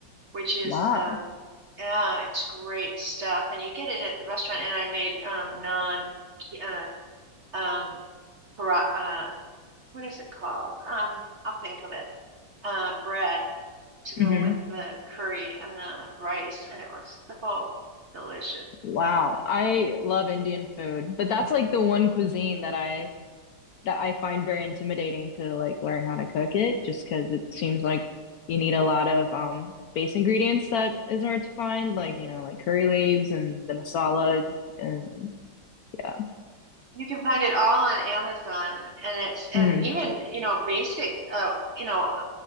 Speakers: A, on the right; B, on the left.
A: which is
B: Wow.
A: um, yeah, it's great stuff, and you get it at the restaurant. And I made um, non uh, um, para, uh, what is it called? Um, I'll think of it. Uh, bread to go
B: hmm
A: with the curry and the rice, and it was so delicious.
B: Wow. I love Indian food, but that's like the one cuisine that I that I find very intimidating to like learn how to cook it just because it seems like you need a lot of um base ingredients that is hard to find, like you know, like curry leaves and the masala and yeah.
A: You can find it all on Amazon, and it's and
B: Mm,
A: even you know basic, uh, you know,